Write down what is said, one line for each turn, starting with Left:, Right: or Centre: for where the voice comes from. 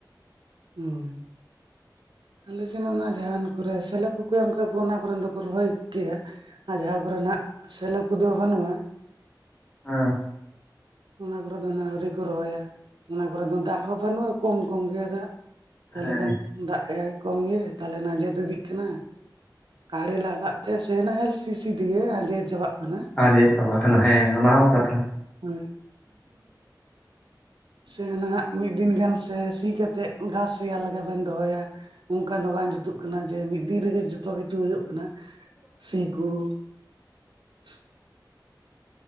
Right: ᱦᱩᱸ ᱟᱞᱮ ᱥᱮᱱ ᱚᱱᱟ ᱡᱟᱦᱟᱱ ᱠᱚᱨᱮ ᱥᱮᱞᱳ ᱠᱚᱠᱚ ᱮᱢ ᱠᱟᱜ ᱠᱚ ᱚᱱᱟ ᱠᱚ ᱨᱮᱱ ᱫᱚᱠᱚ ᱨᱚᱦᱚᱭ ᱠᱮᱜᱼᱟ ᱟᱨ ᱡᱟᱦᱟᱸ ᱠᱚᱨᱮ ᱱᱟᱜ ᱦᱟᱸᱜ ᱥᱮᱞᱚ ᱠᱚᱫᱚ ᱵᱟᱹᱱᱩᱜᱼᱟ
Left: ᱦᱩᱸ
Right: ᱚᱱᱟ ᱠᱚᱨᱮ ᱫᱚ ᱦᱟᱸᱜ ᱟᱹᱣᱨᱤ ᱠᱚ ᱨᱚᱦᱚᱭᱟ ᱚᱱᱟ ᱠᱚᱨᱮ ᱫᱚ ᱫᱟᱜ ᱦᱚᱸ ᱵᱟᱹᱱᱩᱜᱼᱟ ᱠᱚᱢ ᱠᱚᱢ ᱜᱮᱭᱟ ᱫᱟᱜ ᱛᱟᱦᱚᱞᱮ
Left: ᱦᱮᱸ
Right: ᱠᱷᱟᱱ ᱫᱟᱜ ᱮᱭᱟ ᱠᱚᱢ ᱜᱮᱭᱟ ᱛᱟᱦᱞᱮ ᱚᱱᱟ ᱟᱡᱮᱫ ᱤᱫᱤᱜ ᱠᱟᱱᱟ ᱟᱲᱮ ᱞᱟᱜ ᱞᱟᱜ ᱛᱮ ᱥᱮᱱ ᱟᱨ ᱥᱤᱼᱥᱤ ᱛᱮᱜᱮ ᱟᱸᱡᱮᱫ ᱪᱟᱵᱟᱜ ᱠᱟᱱᱟ
Left: ᱟᱨ ᱦᱩᱭᱩᱜ ᱛᱟᱠᱚᱣᱟ ᱟᱨ ᱦᱮᱸ ᱚᱱᱟ ᱦᱚᱸ ᱠᱟᱛᱷᱟ
Right: ᱦᱳᱭ ᱥᱮ ᱱᱷᱟᱜ ᱢᱤᱫ ᱫᱤᱱ ᱜᱟᱱ ᱥᱮ ᱥᱤ ᱠᱟᱛᱮᱜ ᱜᱷᱟᱥ ᱥᱮᱭᱟ ᱞᱟᱜᱟ ᱵᱮᱱ ᱫᱚᱦᱚᱭᱟ ᱚᱱᱠᱟ ᱫᱚ ᱵᱟᱝ ᱡᱩᱛᱩᱜ ᱠᱟᱱᱟ ᱡᱮ ᱢᱤᱫ ᱫᱤᱱ ᱨᱮᱜᱮ ᱡᱚᱛᱚ ᱠᱤᱪᱷᱩ ᱦᱩᱭᱩᱜ ᱠᱟᱱᱟ ᱥᱤ ᱠᱩᱼᱼ <inaudible>